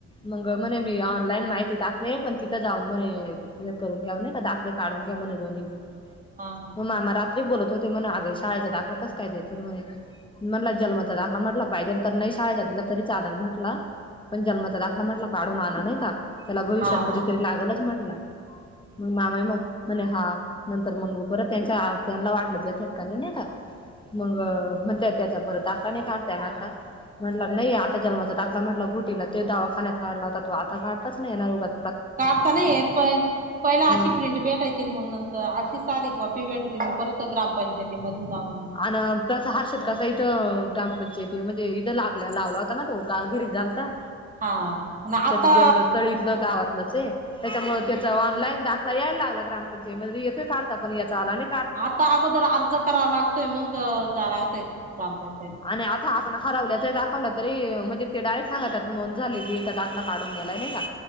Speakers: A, on the left; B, on the right.
A: मंग म्हणे मी ऑनलाईन माहिती टाकली तिथं जाऊन मणे हे करूंन घ्याऊ कां दाखले काढूंन म्हणे दोन्ही बी
B: हा
A: मामा राहातं बोलतं होते म्हणे अगं शाळेचां दाखंला कसं कायं देतील म्हणे. म्हटलं जन्माचा दाखलां म्हटलं पाहिजे तरं नाहीं शाळेचा दिला तरी चालेल म्हंटलं. पणं जन्मांचा दाखंला म्हंटला काढूंन आणा नाहीं कां त्यांला भविष्यांत
B: हा हा
A: कधीतरी
B: हा
A: लागलचं म्हटलं मंग मामा मंग म्हणे हां नंतर मंग परंत त्यांच्या त्यांनां वाटलं द्या काने नाहीं कां
B: हा
A: मंग मंग त्यां त्यांचा टांका नाहीं काढतां येणारं कां? म्हंटला नाहीं आ त्यां जन्मांचा दाखंला म्हंटला घोटीला तो दवाखान्यांत काढलां होतां, तो आता काढताचं नाहीं येणारं. ऊगांच
B: काढतां नाहीं येतं. पणं पहिला
A: मग
B: अशी प्रिंट भेटांयची. मंग नंतर अशी साधी कॉपी भेटते. परंत ग्रामपंचायत मध्यें जाऊंन
A: अन तसं हर्षद कसां इथं ग्रामपंचायती म्हणजे इथं लागला लावलां होतां नां तो घरी झालतां.
B: हा आणि आता
A: त्याचं जन्मस्थंळ इथलं गावांत त्यांच्यामुळे त्यांचा ऑनलाईन दाखंला यांयला लागलां ग्रामपंचायतमंध्ये येतोय काढतां पणं यांचा आला नाहीं
B: आता अगोदर अर्ज करांवा लागतोय. मग जायलां लागतंय ग्रामपंचायत
A: आणि आता आपणं हरवल्यांच दाखवलं तरी म्हणजे ते डायरेक्ट सांगत नोंद झालेली हे दाखंला काढूंन नेलायं नाहीं कां?